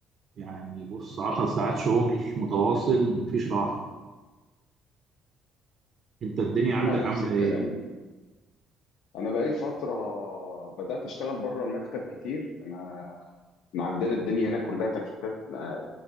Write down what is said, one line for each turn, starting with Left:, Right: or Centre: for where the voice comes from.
Right: يعني بص عشر ساعات شغل متواصل مفيش راحة انت الدنيا
Left: انا
Right: عندك
Left: نفس
Right: عاملة
Left: الكلام
Right: ايه؟
Left: انا بقالي فتره بدات اشتغل بره المكتب كتير انا إحنا عندنا الدنيا هنا كلها تكييفات آه،